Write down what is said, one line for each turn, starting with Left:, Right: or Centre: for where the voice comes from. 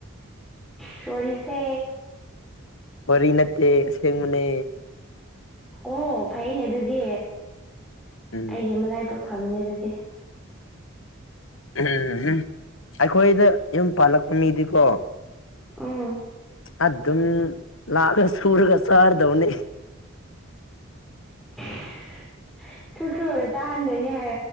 Centre: ꯆꯔꯤꯁꯦ
Left: ꯋꯥꯔꯤ ꯅꯠꯇꯦꯁꯦꯡ ꯃꯅꯦ
Centre: ꯑꯣ ꯐꯩꯅꯦ ꯑꯗꯨꯗꯤ
Left: ꯎꯝ
Centre: ꯑꯩꯒꯤ ꯑꯃ ꯂꯥꯏ ꯄꯛ ꯐꯝꯅꯤ ꯑꯗꯨꯗꯤ
Left: ꯎꯝ ꯎꯝ ꯑꯩꯈꯣꯏꯗ ꯌꯨꯝ ꯄꯥꯜꯂꯛꯄ ꯃꯤꯗꯤꯀꯣ
Centre: ꯎꯝ
Left: ꯑꯗꯨ ꯑꯗꯨꯝ ꯂꯥꯛꯒ ꯆꯨꯔꯒ ꯁꯥꯔꯗꯧꯅꯤ
Centre: <inaudible> ꯁꯨꯔ ꯁꯨꯔꯒ ꯆꯥꯍꯟꯗꯣꯏꯅꯦ ꯍꯥꯏ